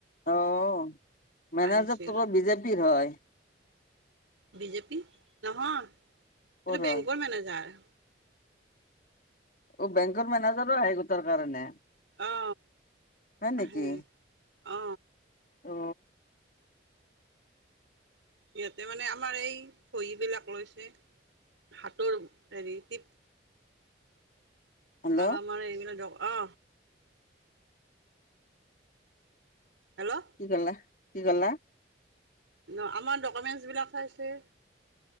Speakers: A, on the left (about 45°); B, on the right (about 85°).
A: অ মেনেজাৰ
B: আহিছিল।
A: তো কৰ বিজেপিৰ হয়।
B: বিজেপি নহয়
A: ক'ৰ
B: এইটো বেংকৰ
A: হয়
B: মেনেজাৰ।
A: অ বেংকৰ মেনেজাৰো আহে গোটৰ কাৰণে।
B: অ
A: হয় নেকি
B: আহে অ।
A: অ
B: সিহঁতে মানে আমাৰ এই চহী বিলাক লৈছে হাতৰ হেৰি টিপ।
A: হেল্ল'।
B: আৰু আমাৰ এইবিলাক অ হেল্ল'
A: কি কলা কি কলা।
B: ন আমাৰ ডকুমেণ্টছবিলাক চাইছে।